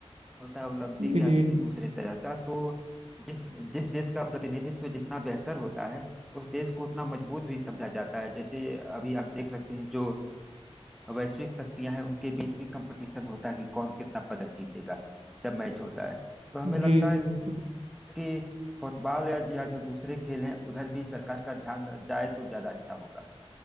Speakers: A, in the centre; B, on the right.
A: होता है ओलंपिक
B: जी
A: या
B: जी
A: किसी दूसरे तरह का तो जिस जिस देश का प्रतिनिधित्व जितना बेहतर होता है उस देश को उतना मजबूत भी समझा जाता है जैसे अभी आप देख सकते हैं जो वैश्विक शक्तियां हैं उनके बीच भी कंपटीशन होता है कि कौन कितना पदक जीतेगा जब मैच होता है तो हमें लगता
B: जी जी
A: है
B: बिल्कुल
A: कि फुटबॉल या, या जो दूसरे खेल हैं उधर भी सरकार का ध्यान जाए तो ज्यादा अच्छा होगा